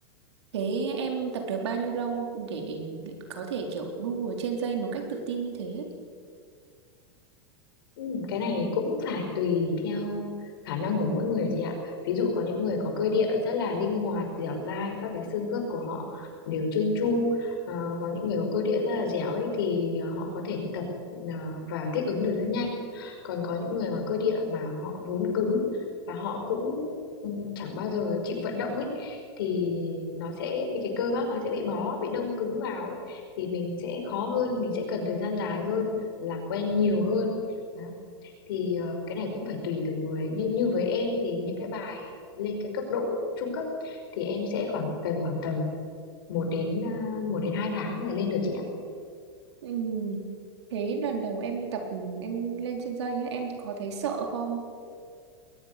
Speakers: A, on the right; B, on the left.
A: Thế em tập được bao nhiêu lâu để có thể kiểu đu ở trên dây một cách tự tin như thế?
B: Ừ, cái này cũng phải tùy theo khả năng của mỗi người chị ạ. Ví dụ có những người có cơ địa rất là linh hoạt, dẻo dai, các cái xương khớp của họ đều trơn tru. Ờ, có những người có cơ địa rất là dẻo ấy thì họ có thể tập ờ, và thích ứng được rất nhanh. Còn có những người mà cơ địa mà họ vốn cứng và họ cũng ừ, chẳng bao giờ chịu vận động ấy thì nó sẽ bị cái cơ bắp nó sẽ bị bó, bị đông cứng vào ấy thì mình sẽ khó hơn, mình sẽ cần thời gian dài hơn, làm quen nhiều hơn đó. Thì ờ, cái này cũng phải tùy từng người nhưng như với em thì những cái bài lên cái cấp độ trung cấp thì em sẽ khoảng cần khoảng tầm một đến uh, 1 đến 2 tháng là lên được chị ạ.
A: Ừm, Thế lần đầu em tập em lên trên dây ấy, em có thấy sợ không?